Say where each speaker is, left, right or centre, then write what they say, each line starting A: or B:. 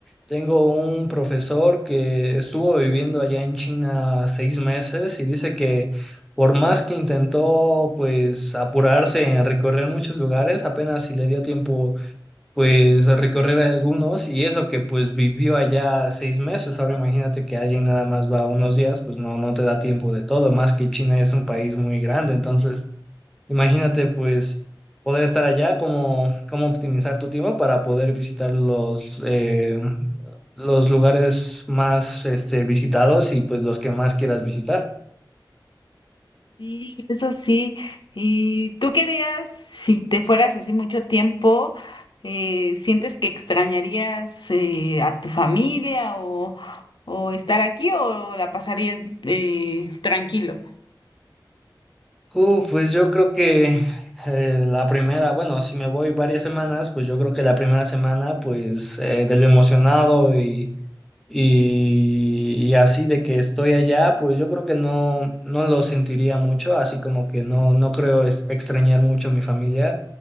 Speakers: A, in the centre; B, on the left.
A: tengo un profesor que estuvo viviendo allá en China seis meses y dice que por más que intentó pues apurarse en recorrer muchos lugares, apenas si le dio tiempo pues recorrer algunos y eso que pues vivió allá seis meses. Ahora imagínate que alguien nada más va unos días, pues no, no te da tiempo de todo, más que China es un país muy grande. Entonces, imagínate pues poder estar allá, cómo, cómo optimizar tu tiempo para poder visitar los, eh, los lugares más este, visitados y pues los que más quieras visitar.
B: Sí, eso sí. ¿Y tú querías, si te fueras así mucho tiempo, eh, sientes que extrañarías eh, a tu familia o, o estar aquí o la pasarías eh, tranquilo?
A: Uh, pues yo creo que eh, la primera, bueno, si me voy varias semanas, pues yo creo que la primera semana, pues eh, de lo emocionado y, y, y así de que estoy allá, pues yo creo que no, no lo sentiría mucho, así como que no, no creo es- extrañar mucho a mi familia